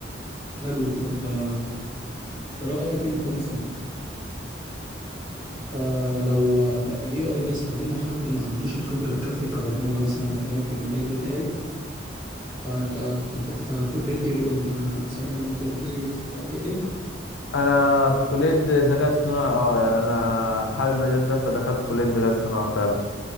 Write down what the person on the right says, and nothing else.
حلو طب آه، في رأيك انت مثلا آه لو الاي اي ده استخدمه حد ما عندوش الخبرة الكافية كبرمجة مثلا انا هكلمك في المجال بتاعي آه انت انت في كلية ايه برضه انت سامع يعني انت قلت لي في آه، ايه